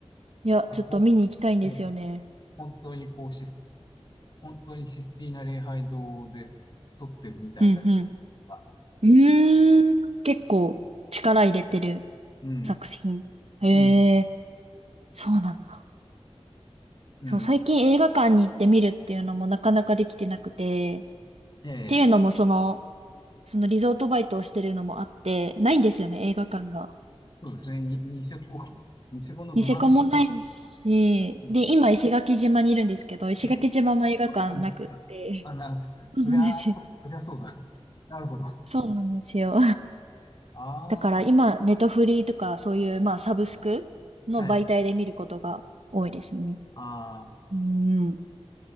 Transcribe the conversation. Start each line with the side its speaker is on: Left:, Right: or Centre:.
Right: いや、
Left: で、
Right: ちょっと見に行きたいんですよね。
Left: こう、えー本当にこうシス、本当にシスティーナ礼拝堂で撮ってるみたいだとか、
Right: うんうん。うーん。結構力入れてる
Left: うん、
Right: 作品。へえ
Left: うん、
Right: そうなんだ。
Left: うん、
Right: そう、最近映画館に行って見るっていうのもなかなかできてなくて、っ
Left: ええ
Right: ていうのもその、そのリゾートバイトをしてるのもあって、ないんですよね、映画館が。
Left: そうですね。に、ニセコ、ニセコのど真ん中。
Right: ニセコもないし、
Left: うん。
Right: で、今石垣島にいるんですけど、石垣島も映画館なくって。
Left: え何か。あ、な、そそりゃ、
Right: そうなんですよ。
Left: そ、そりゃそうだ。なるほど。あ
Right: そうなんですよ。
Left: あ、
Right: だから今、ネットフリーとかそういう、まあ、サブスクの媒体で見ることが多いですね。
Left: はい。ああ、
Right: うん。